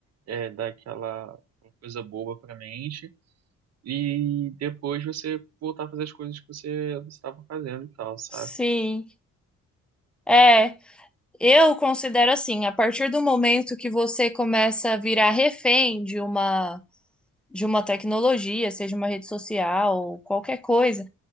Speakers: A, on the right; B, in the centre.
A: É, dar aquela aquela coisa boba pra mente, e depois você voltar a fazer as coisas que você estava fazendo e tal, sabe?
B: sim. É, eu considero assim, a partir do momento que você começa a virar refém de uma de uma tecnologia, seja uma rede social, ou qualquer coisa,